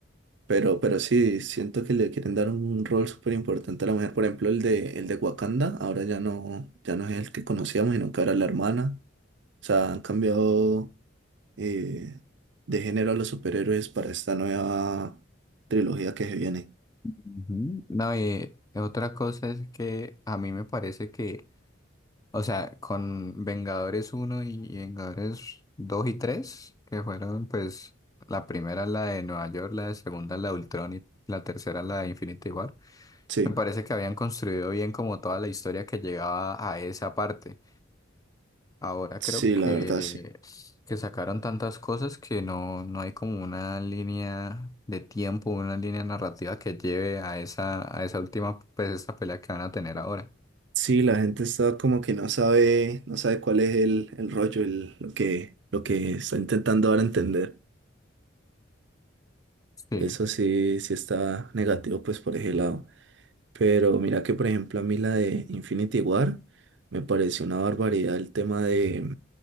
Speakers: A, on the right; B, on the left.
A: Pero, pero sí, siento que le quieren dar un rol súper importante a la mujer. Por ejemplo, el de, el de Wakanda, ahora ya no, ya no es el que conocíamos, sino que ahora es la hermana. O sea, han cambiado eh, de género a los superhéroes para esta nueva trilogía que se viene.
B: Ujú. No, y otra cosa es que a mí me parece que, o sea, con Vengadores uno y Vengadores 2 y 3 que fueron, pues, la primera la de Nueva York, la de segunda la de Ultron y la tercera la de Infinity War,
A: Sí,
B: me parece que habían construido bien como toda la historia que llegaba a esa parte. Ahora
A: sí,
B: creo que,
A: la verdad, sí.
B: que sacaron tantas cosas que no, no hay como una línea de tiempo, una línea narrativa que lleve a esa, a esa última, pues esta pelea que van a tener ahora.
A: Sí, la gente está como que no sabe, no sabe cuál es el, el rollo, el- lo que, lo que está intentando ahora entender.
B: Sí.
A: Eso sí, sí está negativo, pues por ese lado. Pero mira que, por ejemplo, a mí la de Infinity War me pareció una barbaridad el tema de,